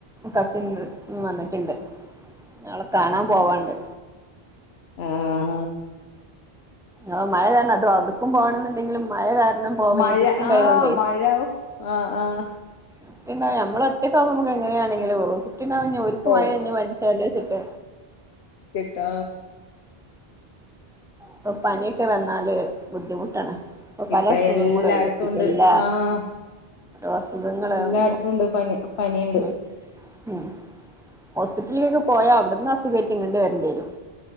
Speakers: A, in the centre; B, on the left.
A: കസിൻ വന്നിട്ട്ണ്ട് നാളെ കാണാൻ പോവാണ്ട്
B: ആഹ്
A: ആ മഴ കാരണം അത് അവടക്കും പോണം ന്ന് ണ്ടെങ്കിലും മഴ കാരണം ന്ന് പോവേ
B: മഴ
A: കുട്ടിണ്ടായതുകൊണ്ടേ
B: ആഹ് മഴ ആഹ് ആഹ്
A: കുട്ടിണ്ടായ ഞമ്മളൊറ്റക്കാവുമ്പോ ഞമ്മക്കെങ്ങനായാലും കുട്ടിണ്ടാവുമ്പോ ഇഞ്ഞി ഓല്ക്ക്
B: ഓ
A: മഴ നനഞ്ഞു പനിച്ചാൽ ട്ട്
B: കെട്ടാ
A: പ്പോ പനിയൊക്കെ വന്നാല് ബുദ്ധിമുട്ടാണ് പ്പോ പല
B: ഇപ്പ
A: അസുഖങ്ങളു
B: എല്ലായിടത്തും
A: അല്ലെ ഷിഗല്ല
B: ഉണ്ട് ആഹ്
A: അസുഖങ്ങളാകുമ്പോ
B: എല്ലായിടത്തും ഉണ്ട് പനി പനിയുണ്ട്
A: ഉ ഉ ഹോസ്പിറ്റലിലൊക്കെ പോയാ അവിടുന്ന് അസുഖമായിട്ട ഇങ്ങണ്ട് വരണ്ടി വരും